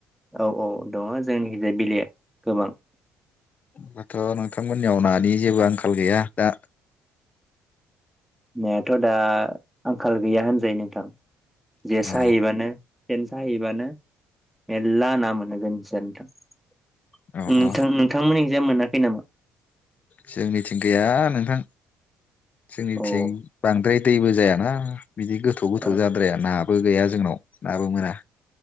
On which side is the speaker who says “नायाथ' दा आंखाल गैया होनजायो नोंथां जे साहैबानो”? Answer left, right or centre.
Centre